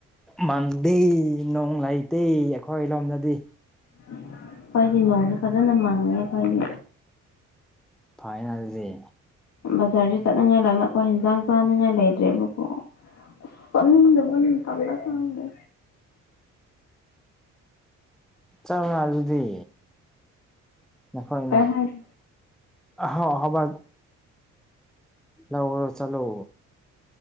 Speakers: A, in the centre; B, on the left.
A: ꯃꯥꯡꯗꯦ ꯅꯣꯡ ꯂꯩꯇꯦ ꯑꯩꯈꯣꯏ ꯂꯣꯝꯗꯗꯤ
B: ꯑꯩꯈꯣꯏꯗꯤ ꯅꯣꯡꯖꯦ ꯐꯖꯅ ꯃꯥꯡꯉꯦ ꯑꯩꯈꯣꯏꯗꯤ
A: ꯐꯥꯏꯅꯑꯗꯨꯗꯤ
B: ꯕꯖꯥꯔꯗ ꯆꯠꯅꯤꯡꯉꯥꯏ ꯂꯩꯕꯀꯣ ꯍꯤꯟꯖꯥꯡ ꯆꯥꯅꯤꯡꯉꯥꯏ ꯂꯩꯇ꯭ꯔꯦꯕꯀꯣ ꯆꯠꯅꯤꯡꯗꯕꯅ ꯇꯜꯂꯦ ꯈꯪꯗꯦ
A: ꯆꯪꯉꯛꯑꯗꯨꯗꯤ ꯅꯈꯣꯏꯅ
B: ꯀꯩ ꯍꯥꯏꯅꯤ
A: ꯑꯍꯥꯎ ꯑꯍꯥꯎꯕ ꯂꯧꯔꯣ ꯆꯠꯂꯣ